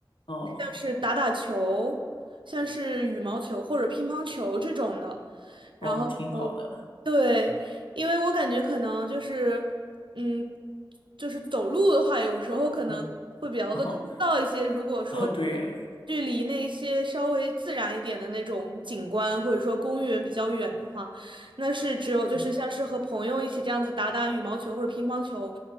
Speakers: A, on the left (about 85°); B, on the right (about 75°).
A: 哦
B: 像是打打球，像是羽毛球或者乒乓球这种的，然后
A: 哦，挺好的。
B: 对，因为我感觉可能就是，嗯，就是走路的话，有时候可能会比较的枯燥一些。
A: 嗯，哦
B: 如果说
A: 哦，对。
B: 距离那些稍微自然一点的那种景观，或者说公园比较远的话，那是只有就是像是和朋友一起这样子打打羽毛球或者乒乓球，
A: 嗯